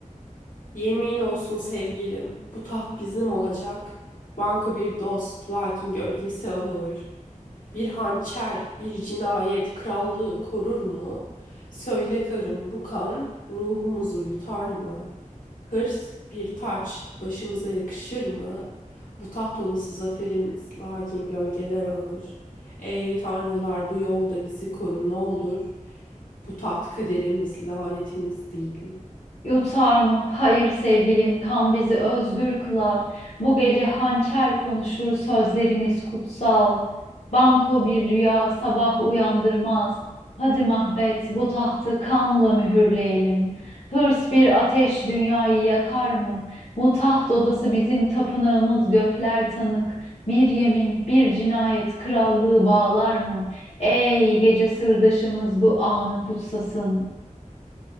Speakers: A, on the left (about 80°); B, on the left (about 55°).
A: Yemin olsun sevgilim, bu taht bizim olacak. Banko bir dost, lakin gölgesi ağır. Bir hançer, bir cinayet krallığı korur mu? Söyle karım, bu kan ruhumuzu yutar mı? Hırs bir taç, başımıza yakışır mı? Bu taht odası zaferimiz, lakin gölgeler ağır. Ey tanrılar, bu yolda bizi korun ne olur. Bu taht kaderimiz, lanetimiz değil.
B: Yutar mı? Hayır sevgilim, kan bizi özgür kılar. Bu gece hançer konuşur sözlerimiz kutsal. Banko bir rüya sabah uyandırmaz. Hadi Mahbet bu tahtı kanla mühürleyelim. Hırs bir ateş dünyayı yakar mı? Bu taht odası bizim tapınağımız gökler tanık. Bir yemin, bir cinayet krallığı bağlar mı? Ey gece sırdaşımız bu anı kutsasın.